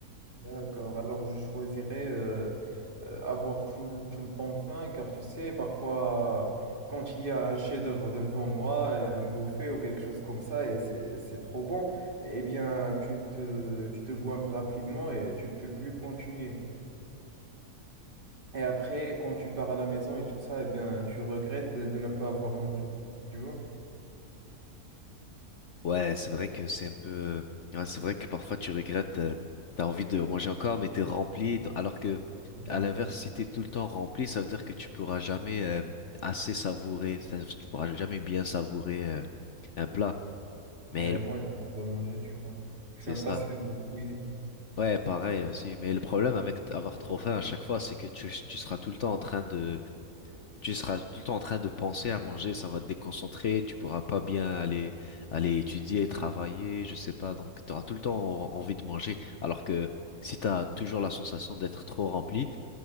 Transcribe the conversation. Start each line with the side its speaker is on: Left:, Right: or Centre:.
Right: D'accord, alors je choisirais euh, euh, avoir tout, le tout le temps faim, car tu sais, parfois, quand il y a un chef-d'œuvre devant moi, et un buffet ou quelque chose comme ça, et c'est, c'est trop bon, eh bien, tu te, tu te goinfres rapidement et tu peux plus continuer. Et après, quand tu pars à la maison et tout ça, eh bien, tu regrettes de, de ne pas avoir mangé, tu vois?
Left: Ouais, c'est vrai que c'est un peu, euh, ouais, c'est vrai que parfois tu regrettes, euh, t'as envie de manger encore, mais t'es rempli, d- alors que,
Right: Ouais.
Left: à l'inverse, si t'es tout le temps rempli, ça veut dire que tu pourras jamais, euh, assez savourer, c'est-à-dire que tu pourras jamais bien savourer, euh, un plat. Mais
Right: Ouais,
Left: le-
Right: moi, je pas manger, tu vois. Je
Left: c'est
Right: suis un
Left: ça.
Right: passionné de cuisine.
Left: Ouais, pareil aussi. Mais le problème avec t- avoir trop faim à chaque fois, c'est que tu, tu seras tout le temps en train de, tu seras tout le temps en train de penser à manger, ça va te déconcentrer, tu pourras pas bien aller, aller étudier, travailler, je sais pas. Donc, tu auras tout le temps en- envie de manger. Alors que si tu as toujours la sensation d'être trop rempli,